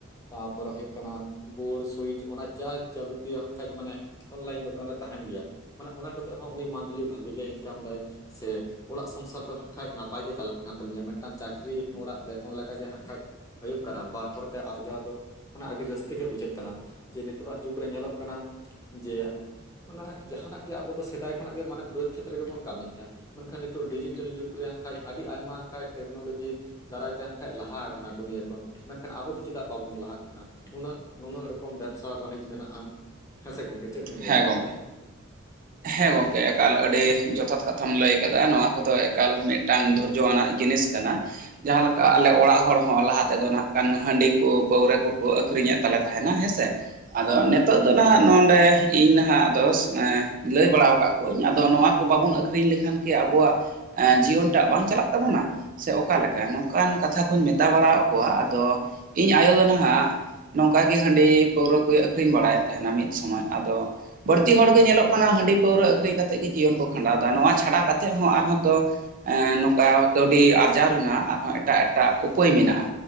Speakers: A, on the left; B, on the right.
A: ᱛᱟᱯᱚᱨᱮ ᱦᱩᱭᱩᱜ ᱠᱟᱱᱟ ᱵᱳᱨᱰ ᱥᱩᱭᱤᱪ ᱚᱱᱟ ᱡᱟ ᱡᱟᱵᱚᱛᱤᱭᱚ ᱦᱟᱸᱜ ᱠᱷᱟᱡ ᱢᱟᱱᱮ, ᱚᱱᱞᱟᱭᱤᱱ ᱫᱚᱠᱟᱱ ᱨᱮ ᱛᱟᱦᱮᱸᱱ ᱜᱮᱭᱟ, ᱢᱟᱱᱮ ᱚᱱᱟ ᱠᱚᱛᱮᱜ ᱦᱚᱸ ᱩᱱᱤ ᱢᱟᱱᱛᱷᱞᱤ ᱵᱷᱟᱜᱮ ᱜᱮᱭ ᱤᱱᱠᱟᱢ ᱫᱟᱭ ᱥᱮ ᱚᱲᱟᱜ ᱥᱚᱝᱥᱟᱨ ᱫᱚ, ᱠᱷᱟᱡ ᱱᱟᱯᱟᱭ ᱜᱮ ᱪᱟᱞᱟᱜ ᱠᱟᱱ ᱛᱟᱞᱤᱧᱟ ᱢᱤᱫᱴᱟᱝ ᱪᱟᱹᱠᱨᱤ ᱦᱚᱲᱟᱜ ᱵᱮᱛᱚᱱ ᱞᱮᱠᱟ ᱜᱮ ᱦᱟᱸᱜ ᱠᱷᱟᱡ, ᱦᱭᱳᱜ ᱠᱟᱱᱟ ᱵᱟᱨ ᱦᱚᱲᱛᱮ ᱟᱨᱡᱟᱣ ᱫᱚ ᱢᱟᱱᱮ ᱟᱹᱰᱤ ᱨᱟᱹᱥᱠᱟᱹ ᱜᱮ ᱵᱩᱡᱷᱟᱹᱜ ᱠᱟᱱᱟ, ᱡᱮ ᱱᱤᱛᱳᱜᱟᱜ ᱡᱩᱜᱽᱨᱮ ᱧᱮᱞᱚᱜ ᱠᱟᱱᱟ ᱡᱮ ᱚᱱᱟ ᱡᱟᱦᱟᱱᱟᱜ ᱜᱮ ᱟᱵᱚ ᱫᱚ ᱥᱮᱫᱟᱭ ᱠᱷᱚᱱᱟᱜ ᱜᱮ ᱢᱟᱱᱮ ᱵᱟᱹᱫᱽ ᱠᱷᱮᱛ ᱨᱮᱜᱮ ᱵᱚᱱ ᱠᱟᱹᱢᱤᱭᱮᱜᱼᱟ ᱢᱮᱱᱠᱷᱟᱱ ᱱᱤᱛᱚᱜ ᱰᱤᱡᱤᱴᱮᱞ ᱡᱩᱜᱽ ᱯᱩᱠᱷᱨᱤ ᱦᱟᱸᱠᱷᱟᱡ ᱟᱹᱰᱤ ᱟᱭᱢᱟ ᱦᱟᱸᱜ ᱠᱷᱟᱡ ᱴᱮᱠᱱᱳᱞᱚᱡᱤ ᱫᱟᱨᱟᱭ ᱛᱮ ᱦᱟᱸᱜ ᱠᱷᱟᱡ ᱞᱟᱦᱟ ᱠᱟᱱᱟ ᱫᱩᱱᱤᱭᱟᱹ ᱠᱚ ᱢᱮᱱᱠᱷᱟᱱ ᱟᱵᱚ ᱫᱚ ᱪᱮᱫᱟᱜ ᱵᱟᱵᱚᱱ ᱞᱟᱦᱟᱜ ᱠᱟᱱᱟ ᱱᱩᱱᱟᱹᱜ ᱱᱩᱱᱟᱹᱜ ᱨᱚᱠᱚᱢ ᱵᱮᱵᱽᱥᱟ ᱵᱟᱹᱱᱤᱡᱽ ᱢᱮᱱᱟᱜᱼᱟ, ᱦᱮᱸ ᱥᱮ ᱜᱳᱢᱠᱮ ᱪᱮᱫ ᱵᱤᱱ ᱞᱟᱹᱭᱟ
B: ᱦᱮᱸ
A: ᱱᱚᱣᱟ
B: ᱜᱚᱢᱠᱮ
A: ᱵᱟᱨᱮᱛᱮ,
B: ᱦᱮᱸ ᱜᱚᱝᱠᱮ ᱮᱠᱟᱞ ᱟᱹᱰᱤ ᱡᱚᱛᱷᱟᱛ ᱠᱟᱛᱷᱟᱢ ᱞᱟᱹᱭ ᱠᱟᱫᱟ ᱱᱚᱣᱟ ᱠᱚᱫᱚ ᱮᱠᱟᱞ ᱢᱤᱫᱴᱟᱝ ᱫᱷᱳᱨᱡᱚ ᱟᱱᱟᱜ ᱡᱤᱱᱤᱥ ᱠᱟᱱᱟ ᱡᱟᱦᱟᱸ ᱞᱮᱠᱟ ᱟᱞᱮ ᱚᱲᱟᱜ ᱦᱚᱲ ᱦᱚᱸ ᱞᱟᱦᱟ ᱛᱮᱫᱚ ᱱᱟᱜ ᱠᱷᱟᱱ ᱦᱟᱺᱰᱤ ᱠᱚ ᱯᱟᱹᱣᱨᱟᱹ ᱠᱚᱠᱚ ᱟᱹᱠᱷᱨᱤᱧᱮᱜ ᱛᱟᱞᱮ ᱛᱟᱦᱮᱸᱱᱟ ᱦᱮᱸᱥᱮ ᱟᱫᱚ ᱱᱤᱛᱚᱜ ᱫᱚ ᱱᱟᱦᱟᱜ ᱱᱚᱸᱰᱮ, ᱤᱧ ᱱᱟᱦᱟᱜ ᱟᱫᱚ ᱞᱟᱹᱭ ᱵᱟᱲᱟ ᱠᱟᱜ ᱠᱚᱣᱟᱹᱧ ᱟᱫᱚ ᱱᱚᱣᱟ ᱠᱚ ᱵᱟᱵᱚᱱ ᱟᱹᱠᱷᱨᱤᱧ ᱞᱮᱠᱷᱟᱱ ᱠᱤ ᱟᱵᱚᱣᱟᱜ ᱮᱸ ᱡᱤᱭᱚᱱ ᱴᱟᱜ ᱵᱟᱝ ᱪᱟᱞᱟᱜ ᱛᱟᱵᱚᱱᱟ? ᱥᱮ ᱚᱠᱟ ᱞᱮᱠᱟ ᱱᱚᱝᱠᱟᱱ ᱠᱟᱛᱷᱟ ᱠᱚᱧ ᱢᱮᱛᱟ ᱵᱟᱲᱟ ᱟᱠᱚᱣᱟ ᱟᱫᱚ ᱤᱧ ᱟᱭᱳ ᱫᱚ ᱱᱟᱦᱟᱜ ᱱᱚᱝᱠᱟ ᱜᱮ ᱦᱟᱺᱰᱤ ᱯᱟᱹᱣᱨᱟᱹ ᱠᱚ ᱟᱹᱠᱷᱨᱤᱧ ᱵᱟᱲᱟᱭᱮᱫ ᱛᱟᱦᱮᱸᱱᱟ ᱢᱤᱫ ᱥᱚᱢᱚᱭ ᱟᱫᱚ, ᱵᱟᱹᱲᱛᱤ ᱦᱚᱲᱜᱮ ᱧᱮᱞᱚᱜ ᱠᱟᱱᱟ ᱦᱟᱺᱰᱤ ᱯᱟᱹᱣᱨᱟᱹ ᱟᱹᱷᱨᱤᱧ ᱠᱟᱛᱮᱜ ᱜᱮ ᱡᱤᱭᱚᱱ ᱠᱚ ᱠᱷᱟᱸᱰᱟᱣ ᱫᱟ ᱱᱚᱣᱟ ᱪᱷᱟᱰᱟ ᱠᱟᱛᱮᱜ ᱦᱚᱸ ᱟᱨᱦᱚᱸ ᱛᱚ, ᱱᱚᱝᱠᱟ ᱠᱟᱹᱣᱰᱤ ᱟᱨᱡᱟᱣ ᱨᱮᱱᱟᱜ ᱟᱨᱦᱚᱸ ᱮᱴᱟᱜ ᱮᱴᱟᱜ ᱩᱯᱟᱹᱭ ᱢᱮᱱᱟᱜᱼᱟ᱾